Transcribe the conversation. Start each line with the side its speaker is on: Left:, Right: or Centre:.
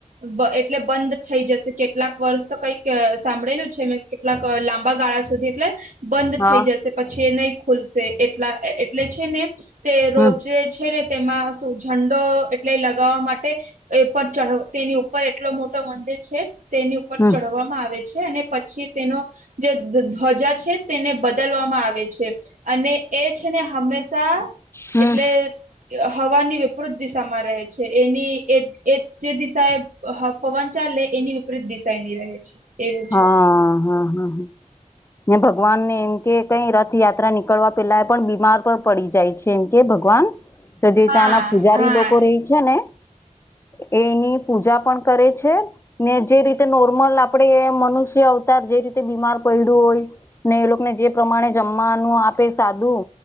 Right: બ એટલે બંધ થઈ જશે કેટલાક વર્ષ તો કઈક સાંભળેલું છે મે કે કેટલાક લાંબા ગાળા સુધી એટલે બંધ
Left: હા
Right: થઈ જશે પછી એ નહી ખુલશે એટલા અ એટલે છે ને તે રોજે
Left: હમ
Right: છે ને તેમાં શું ઝંડો એટલે લગાવવા માટે એ પર ચઢ વો તેની ઉપર એટલો મોટો મંદિર છે તેની ઉપર
Left: હમ
Right: ચઢવા માં આવે છે અને પછી તેનો જે ધ ધ્વજા છે તેને બદલવામાં આવે છે. અને એ છે ને હંમેશા
Left: હમ
Right: એટલે હવાની વિપૃત દિશામાં રહે છે એની એ એ જે દિશા એ હ પવન ચાલે એની વિપરીત દિશા એની રહે છે. એવું
Left: હમ્મ.
Right: છે.
Left: ને ભગવાન ને એમ કે કઈ રથયાત્રા નીકળવા પેલા પણ બીમાર પણ પડી જાય છે. કેમ કે ભગવાન તદી
Right: હા
Left: તાના પૂજારી
Right: હા
Left: લોકો રહે છે ને એ એની પૂજા પણ કરે છે ને જે રીતે નોર્મલ આપણેે એ મનુષ્ય અવતાર જે રીતે બીમાર પડ્યું હોય ને એ લોકને જે પ્રમાણે જમવાનું આપે સાદું